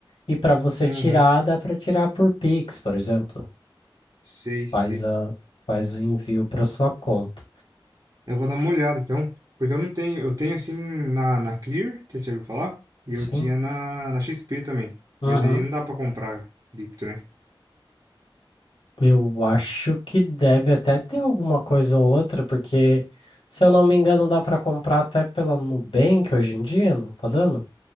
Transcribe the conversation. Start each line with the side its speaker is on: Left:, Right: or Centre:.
Left: e para você
Right: aham.
Left: tirar, dá para tirar por Pix, por exemplo.
Right: Sei, sei.
Left: Faz a, faz o envio para sua conta.
Right: Eu vou dar uma olhada então, porque eu não tenho, eu tenho assim na, na Clear, que você já ouviu falar? E
Left: Sim.
Right: eu tinha na, na XP também,
Left: Uhum.
Right: mas aí não dá pra comprar cripto, né?
Left: Eu acho que deve até ter alguma coisa ou outra, porque se eu não me engano, dá para comprar até pela Nubank hoje em dia, não tá dando?